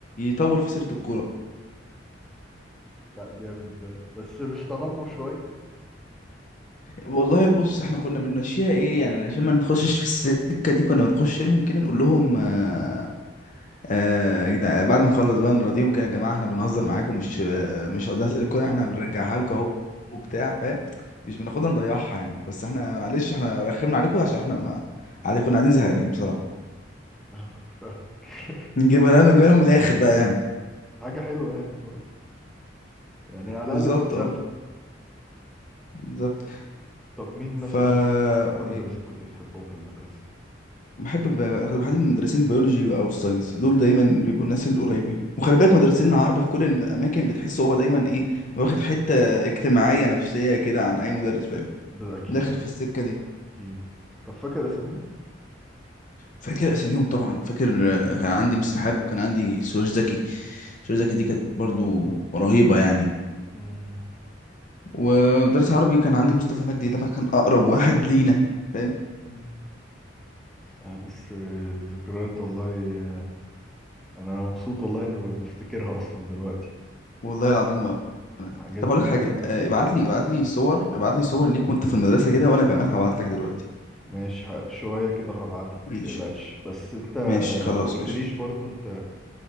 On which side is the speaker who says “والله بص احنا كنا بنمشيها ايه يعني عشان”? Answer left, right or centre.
Left